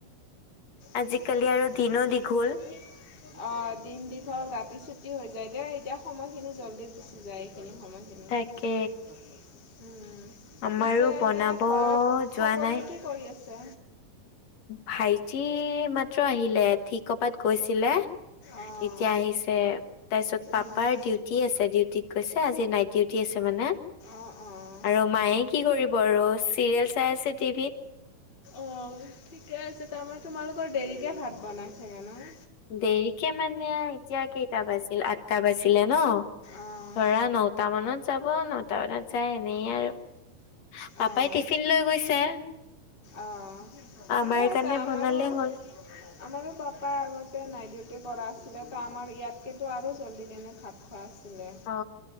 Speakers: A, on the left (about 55°); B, on the left (about 25°).
A: <unintelligible>
B: <unintelligible>
A: আৰু দিনো দীঘল
B: অ'! দিন দীঘল, ৰাতি চুটি হৈ যায়। দেই এতিয়া, সময়খিনি জলদি গুচি যায়, এইখিনি সময়। <unintelligible>
A: তাকে
B: উম, উম।
A: আমাৰো
B: পিছে
A: বনাব
B: এনে, ঘৰত
A: যোৱা
B: সকলোৱে
A: নাই।
B: কি কৰি আছে?
A: ভাইটি, ‌ এইমাত্ৰ আহিলে। সি ক'ৰবাত গৈছিলে। এতিয়া,
B: অ',
A: আহিছে। তাৰপিছত, পাপাৰ
B: উম,
A: ডিউটি আছে, ডিউটিত গৈছে। আজি নাইট ডিউটি আছে, মানে।
B: অ', অ'।
A: আৰু মায়ে, কি কৰিব আৰু চিৰিয়েল চাই আছে, টিভিত।
B: অ'! ঠিকে আছে। তাৰমানে, তোমালোকৰ দেৰিকে ভাত বনাই চাগে ন'?
A: দেৰিকে মানে, এতিয়া, কেইটা বাজিল, আঠটা বাজিলে ন'
B: অ',
A: ধৰা, নটা মানত যাব। ন নটা মানত যায় এনেই আৰু পাপাই
B: অ',
A: টিফিন লৈ গৈছে।
B: অ'! ঠিকে
A: আমাৰ
B: আছে,
A: কাৰণে
B: আমাৰো।
A: বনালে হ'ল
B: আমাৰো পাপা আগতে নাইট ডিউটি কৰা আছিলে, ত আমাৰ ইয়াত- কিন্তু আৰু জল্দি কেনে ভাত খোৱা আছিলে,
A: অ